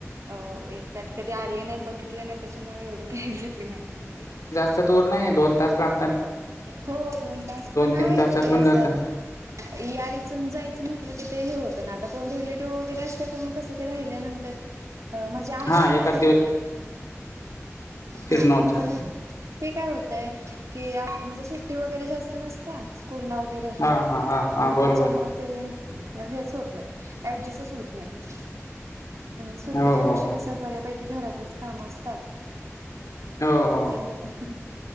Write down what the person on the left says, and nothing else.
असं दूर नाही दोन तास लाग
तीन
तासातून
जात
हा
एकाच
फिरनं
होतं.
हा हा हा हा
बरोबर
हो
हो
हो, हो.